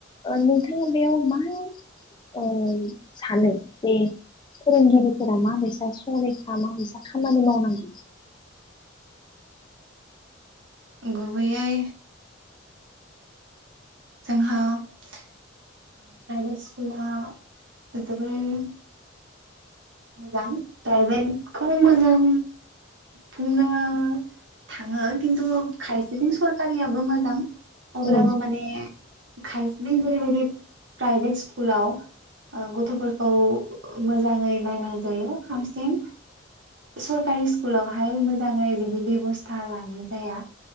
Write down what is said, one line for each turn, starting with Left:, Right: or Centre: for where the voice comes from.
Left: नोंथाङा बेयाव मा ओ सानो बे फोरोंगिरिफोरा माबैसा संरैखा माबैसा खामानि मावनांगौ?
Right: गुबैयै जोंहा प्राइभेट स्कुला जोबोर मोजां प्राइभेटखौ मोजां बुंनो थाङो खिन्थु खायसेथिं सरखारियाबो मोजां। अब्लाबो
Left: उम
Right: माने खाय। नों जेरैबायदि प्राइभेट स्कुलाव गथफोरखौ मोजाङै। नायनाय जायो हारसिं सरकारि स्कुलावहाय मोजाङै बिदि बेबस्था लानाय जाया।